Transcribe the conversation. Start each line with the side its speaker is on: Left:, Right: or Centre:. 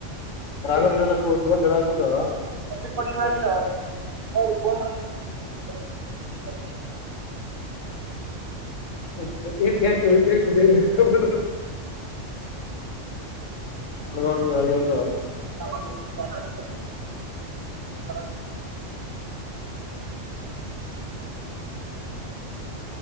Left: ಅವರಾದರೆ ಇನ್ನೊಂದು. <unintelligible> ಊಟುಧಮೇಲೈ, ಕಾರ, ಅಕುಬಿಟ್ಟು. <inaudible>
Right: ಸಬ್ಮಿಟ್ ಮಾಡಿಲ್ವಾ, ನೀನು ಹೇ ನೀನು, ಫೋನ್ ಮಾಡ, ನೀನು. ಸುಬ್ಮೀಟ್, ಮಾಡಿಲ್ವಾಂತೆ... <unintelligible>
Left: ಹ್ಮ್ಮ್, ಕಪ್, ಗಿಪು, ಯಾಕೆ, ಉಳುಕೊಳೋಧು. <unintelligible>
Right: <unintelligible> <inaudible>
Left: ಒಣಗ ಎಳೆಯೋದು
Right: ಪ್ರತಿ, ಸರಿ, ಬರೊಗು, ನೀನು. <inaudible> <unintelligible> <inaudible> ಬಂದ... <unintelligible>